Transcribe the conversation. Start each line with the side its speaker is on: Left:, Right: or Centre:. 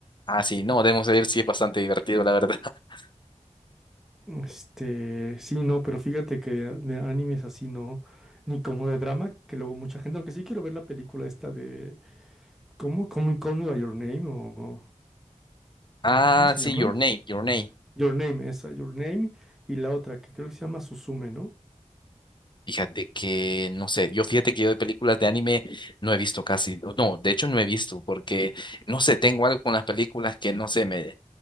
Left: Ah, sí, no, debemos decir, sí, es bastante divertido, la verdad. <laughs>
Centre: Este, sí, no, pero fíjate que de animes así no, ni como de drama, que luego mucha gente, aunque sí quiero ver la película esta de, ¿cómo? ¿Cómo Call Me by Your Name o, o-
Left: Ah,
Centre: ¿cómo se
Left: sí,
Centre: llama?
Left: Your Name, Your Name.
Centre: Your Name, esa, Your Name, y la otra que creo que se llama Suzume, ¿no?
Left: Fíjate que, no sé, yo fíjate que yo de películas de anime no he visto casi, no, de hecho no he visto porque, no sé, tengo algo con las películas que no sé, me,